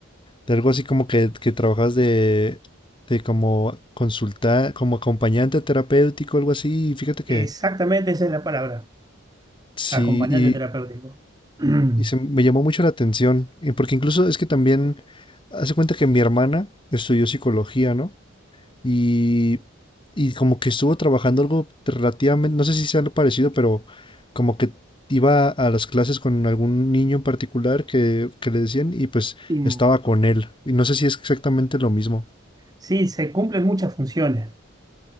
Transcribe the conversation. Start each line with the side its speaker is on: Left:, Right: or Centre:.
Left: de algo así como que, que trabajas de, de como consultar, como acompañante terapéutico, algo así, y fíjate que
Right: Exactamente esa es la palabra,
Left: sí,
Right: acompañante terapéutico. <clears throat>
Left: Y se me llamó mucho la atención, y porque incluso es que también hace cuenta que mi hermana estudió psicología, ¿no? Y, y como que estuvo trabajando algo relativamente, no sé si sea algo parecido, pero como que iba a las clases con algún niño en particular que, que le decían y pues
Right: Y,
Left: estaba con él. Y no sé si es exactamente lo mismo.
Right: sí, se cumplen muchas funciones.